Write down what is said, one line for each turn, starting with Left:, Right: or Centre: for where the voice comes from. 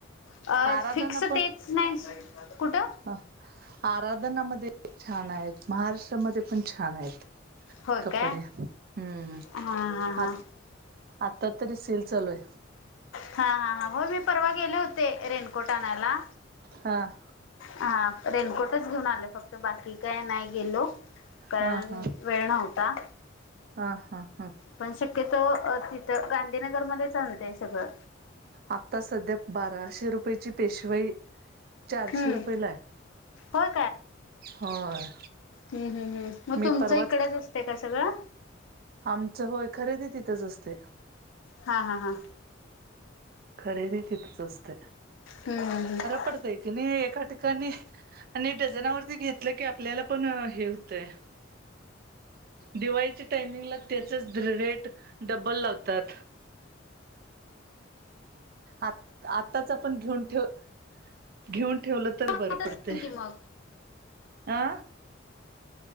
Left: अ
Right: आराधना
Left: फिक्स तेच नाय कुठं
Right: अ आराधनामध्ये छान आहेत. महाराष्ट्रामध्ये पण छान आहेत.
Left: होय
Right: कपडे
Left: काय
Right: हम्म
Left: हा हा हा
Right: आत आत्ता तरी सेल चालूय.
Left: हा हा हा हो मी परवा गेले होते रेनकोट आणाला.
Right: हां.
Left: हा रेनकोटच घेऊन आल फक्त बाकी काय नाय गेलो. कारण
Right: हा हा
Left: वेळ नव्हता
Right: हा हा हा
Left: पण शक्यतो अ तिथं गांधीनगरमध्येचं आणते सगळं
Right: आता सध्या बाराशे रुपयेची पेशवाई. चारशे
Left: हम्म
Right: रुपये लाय
Left: होय
Right: होय.
Left: हम् हमम् मग
Right: मी
Left: तुमचं
Right: परवाच
Left: इकडंच असते का सगळं.
Right: आमचं होय खरेदी तिथंच असते.
Left: हा हा हा.
Right: खरेदी तिथेच असते.
Left: हम्म ह.
Right: पडतय की नाही एका ठिकाणी आणि डझनावरती घेतलं की आपल्याला पण हे होतंय. दिवाळीच्या टायमिंगला त्याचच रेट डबल लावतात. आ आताच आपण घेऊन ठेव घेऊन ठेवलं. तर
Left: माहित
Right: बरं
Left: असेल
Right: पडते
Left: की मग
Right: हा.